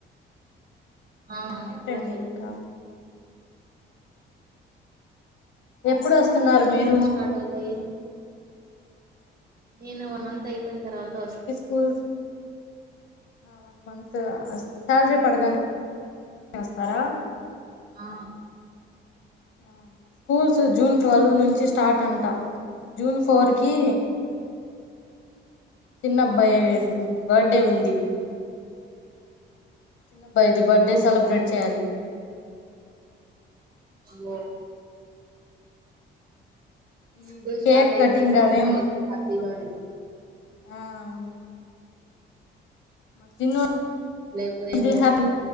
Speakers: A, on the right; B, on the left.
A: ఆ
B: ఏంటండి
A: అలాగే
B: ఇంకా ఎప్పుడు వస్తున్నారు
A: స్కూల్స్
B: మీరు
A: ఎప్పుడు స్టార్ట్ అవుతయి నేను వన్ మంత్ అయిపోయిన తర్వాత వస్
B: కూల్ వన్ మంత్ శాలరీ పడగానే వస్తారా
A: ఆ
B: ఆ స్కూల్స్ జూన్ ట్వెల్వ్ నుంచి స్టార్ట్ అంట జూన్ ఫోర్ కీ చిన్నబ్బాయి
A: ఆ
B: బర్డే ఉంది చిన్నబాయిది బర్త్డే సెలబ్రేట్ చేయాలి
A: హాలో
B: ఇవి
A: స్కూల్ స్టార్ట్
B: కేక్
A: అయితే
B: కటింగ్ అవేం
A: అమ్మోళ్ళకి హ్యాపీిగా ఉన్
B: ఆ ఔను మ చిన్నోడిదీ
A: లేకపోతే ఏంలో
B: హ్య